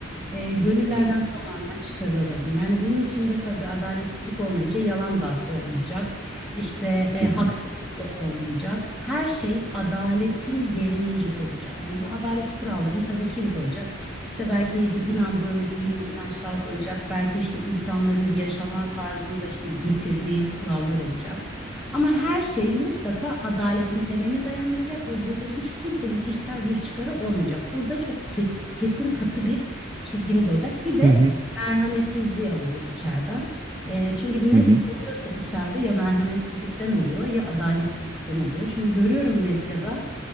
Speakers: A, in the centre; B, on the right.
A: e, gönüllerden
B: Hmm.
A: tamamen çıkarılırdım. Yani bunun içinde tabii adaletsizlik olmayınca yalan da olmayacak. işte e,
B: hı
A: haksızlık
B: hı,
A: da olmayacak. Her şey adaletin gereğince olacak. Yani bu adalet kurallarını tabii kim koyacak? İşte belki di- inandığın dini inançlar koyacak. Belki işte insanların yaşama tarzında işte getirdiği kurallar olacak. Ama her şey mutlaka adaletin temeline dayandıracak ve burada hiç kimsenin kişisel bir çıkarı olmayacak. Burada çok ket- kesin katı bir çizgimiz olacak. Bir de
B: hı hı,
A: merhametsizliği alacağız içeriden. E, çünkü net
B: hı hı,
A: oluyorsa içeride ya merhametsizlikten oluyor ya adaletsizlikten oluyor. Şimdi görüyorum medyada